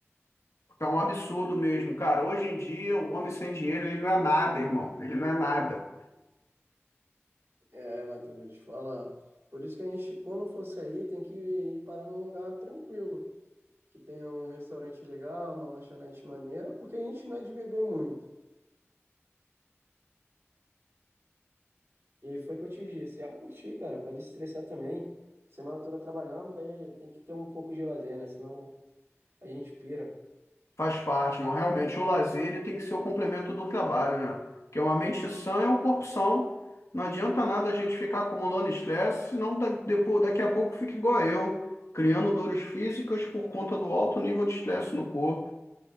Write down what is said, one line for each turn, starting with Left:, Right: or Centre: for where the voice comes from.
Left: Tá um absurdo mesmo, cara. Hoje em dia, o homem sem dinheiro, ele não é nada, irmão. Ele não é nada.
Right: É, Matheus, vou te falar. Por isso que a gente, quando for sair, tem que ir parar num lugar tranquilo, que tenha um restaurante legal, uma lanchonete maneira, porque a gente não é de beber muito. E foi o que eu te disse. Ah, curti, cara, pode estressar também. Semana toda trabalhando, daí tem que ter um pouco de lazer, né? Senão a gente pira.
Left: Faz parte, mas realmente o lazer ele tem que ser o complemento do trabalho, né? Porque uma mente sã é um corpo são. Não adianta nada a gente ficar acumulando estresse, senão da- depois, daqui a pouco fica igual eu, criando dores físicas por conta do alto nível de estresse no corpo.